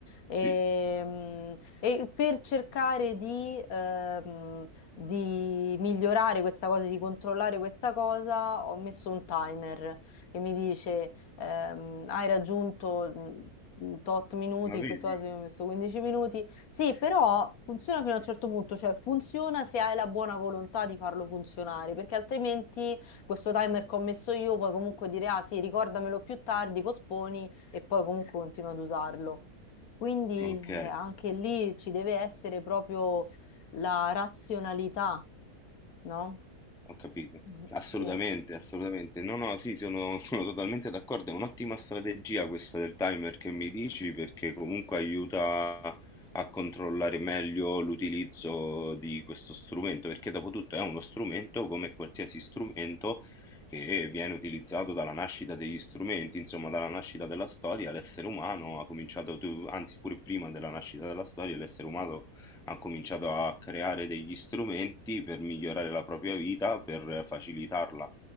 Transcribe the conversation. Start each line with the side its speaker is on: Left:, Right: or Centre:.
Left: Ehm,
Centre: Sì,
Left: E, per cercare di... ehm, di migliorare questa cosa, di controllare questa cosa, ho messo un timer che mi dice ehm, hai raggiunto mm, tot minuti,
Centre: ma
Left: in
Centre: vedi?
Left: questo caso io ho messo 15 minuti. Sì, però funziona fino a un certo punto, cioè funziona se hai la buona volontà di farlo funzionare, perché altrimenti questo timer che ho messo io puoi comunque dire ah sì, ricordamelo più tardi, posponi e poi comunque continua ad usarlo. Quindi
Centre: Ok.
Left: eh, anche lì ci deve essere proprio la razionalità, no?
Centre: Ho capito.
Left: Mm,
Centre: Assolutamente,
Left: Sì,
Centre: assolutamente. No, no, sì, sono, <laughs> sono totalmente d'accordo. È un'ottima strategia questa del timer che mi dici perché comunque aiuta a controllare meglio l'utilizzo di questo strumento, perché dopo tutto è uno strumento come qualsiasi strumento che viene utilizzato dalla nascita degli strumenti, insomma, dalla nascita della storia, l'essere umano ha cominciato, a uti- anzi pure prima della nascita della storia, l'essere umano ha cominciato a creare degli strumenti per migliorare la propria vita, per facilitarla